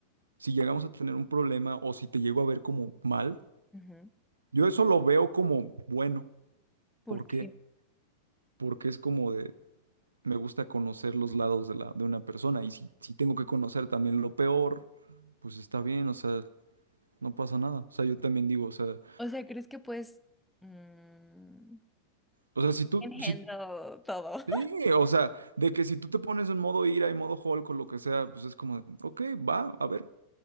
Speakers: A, on the right (about 75°); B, in the centre.
A: si llegamos a tener un problema o si te llego a ver como mal,
B: Ujú.
A: yo eso lo veo como bueno.
B: ¿Por
A: ¿Por
B: qué?
A: qué? Porque es como de, me gusta conocer los lados de la, de una persona. Y si, si tengo que conocer también lo peor, pues está bien, o sea, no pasa nada. O sea, yo también digo, o sea,
B: O sea, ¿crees que puedes mm,
A: o sea, si tú,
B: Engendro
A: si,
B: todo.
A: sí, o sea, de que si tú te pones en modo ira y modo Hulk o lo que sea, pues es como de, ok, va, a ver,